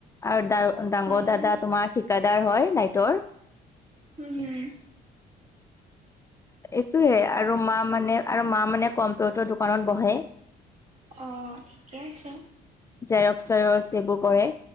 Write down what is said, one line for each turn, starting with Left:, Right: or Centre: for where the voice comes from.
Left: আৰু ডাঙৰ
Right: উম
Left: দাদা তোমাৰ ঠিক দাদাৰ হয় লাইটৰ।
Right: উম, হুম।
Left: এইটোয়ে আৰু মা মানে আৰু মা মানে কম্পিউটাৰ দোকানত বহে।
Right: অহঁ। থিকে আছে।
Left: জেৰক্সৰ, চেৰক্স এইবোৰ কৰে।